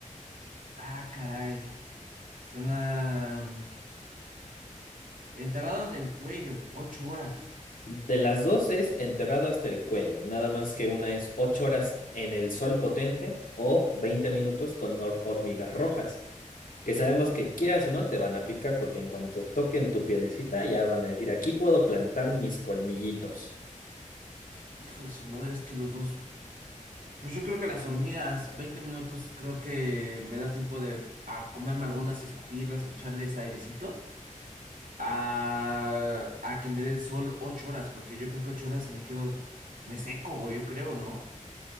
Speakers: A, on the right (about 80°); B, on the left (about 85°).
A: Ah, caray. Suena mm, enterrado en el cuello, ocho horas.
B: De las dos es enterrado hasta el cuello, nada más que una es 8 horas en el sol potente o 20 minutos con hor- hormigas rojas, que sabemos que quieras o no te van a picar porque en cuanto toquen tu pielecita ya van a decir, aquí puedo plantar mis colmillitos.
A: Hijo de su madre, es que los dos. Pues yo creo que las hormigas, 20 minutos, creo que me da tiempo de a comerme algunas y escupirlas o echarles airecito, a, a que me dé el sol 8 horas, porque yo creo que 8 horas me quedo, me seco, güey, yo creo, ¿no?